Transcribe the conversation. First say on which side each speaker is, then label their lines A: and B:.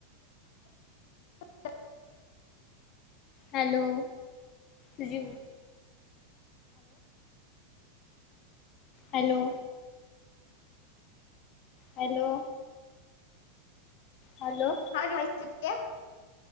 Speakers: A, on the left (about 65°); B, on the left (about 40°).
A: <inaudible>
B: Hello hello hello hello hello
A: हा घ्यायचच. काय